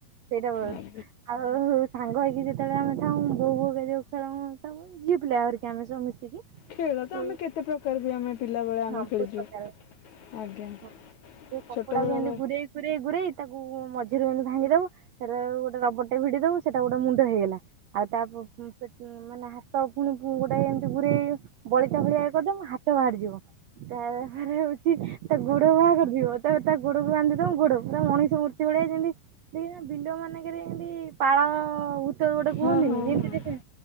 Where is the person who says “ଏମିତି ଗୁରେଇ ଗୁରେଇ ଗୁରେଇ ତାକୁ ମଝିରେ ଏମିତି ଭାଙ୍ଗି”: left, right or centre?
Right